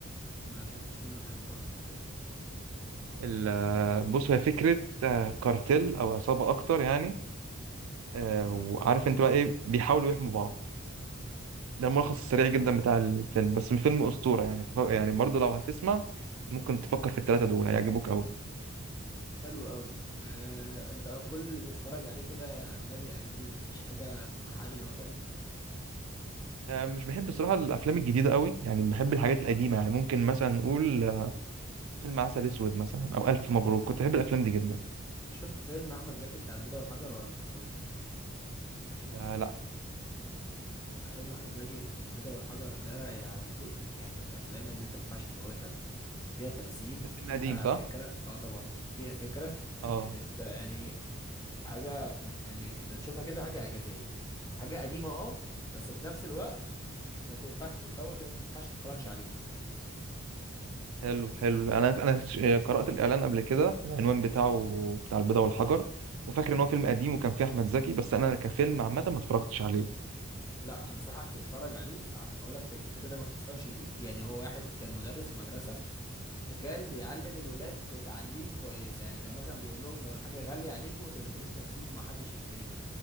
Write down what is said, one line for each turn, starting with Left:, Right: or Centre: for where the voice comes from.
Left: ما شفتش منه حاجه خالص الحقيقه
Right: ال... آه، بص هي فكرة آه... كارتيل أو عصابة أكتر يعني آه... وعارف أنت بقى إيه بيحاولوا يحموا بعض ده الملخص السريع جدا بتاع الفيلم بس فيلم أسطورة يعني ف- يعني برضه لو هتسمع ممكن تفكر في التلاتة دول هيعجبوك أوي
Left: حلو قوي آه، انت كل اللي بتتفرج عليه كده اجنبي اجنبي مفيش حاجه في المحلي الوطني
Right: آه... مش بحب بصراحة الأفلام الجديدة أوي يعني بحب الحاجات القديمة يعني ممكن مثلا نقول فيلم عسل اسود مثلا او الف مبروك كنت بحب الافلام دي جدا
Left: شفت فيلم احمد زكي بتاع البيضه والحجر ولا ما شفتوش
Right: آه لا
Left: آه، فيلم احمد زكي البيضه والحجر ده يا عبدو يعني من الافلام اللي انت ما ينفعش تفوتها فيها تمثيل
Right: ده فيلم
Left: فيها
Right: قديم صح
Left: فكره اه طبعا فيها فكره
Right: اه
Left: يعني انت يعني حاجه يعني انت تشوفها كده حاجه اعجازيه حاجه قديمه اه بس في نفس الوقت ما تنفعش تتفوت ما ينفعش تتفرجش عليها
Right: حلو حلو انا انا ش- قرات الاعلان قبل كده العنوان بتاعه بتاع البيضه والحجر وفاكر ان هو فيلم قديم وكان فيه احمد زكي بس انا كفيلم عامه ما اتفرجتش عليه
Left: لا انصحك تتفرج عليه اقول لك فكرته كده باختصار شديد يعني هو واحد كان مدرس في مدرسه وكان بيعلم الولاد تعليم كويسه يعني كان مثلا بيقول لهم لو الحاجه غاليه عليكم ما تزنقوش نفسيكم ما حدش يشتريها